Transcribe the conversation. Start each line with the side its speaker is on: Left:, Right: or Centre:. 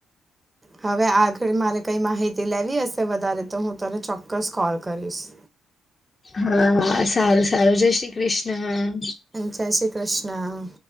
Right: હવે આગળ મારે કઈ માહિતી લેવી હશે વધારે તો હું તને ચોક્કસ કોલ કરીશ-
Left: હાા સારું સારું જ શ્રી કૃષ્ણ-
Right: જય શ્રી કૃષ્ણ-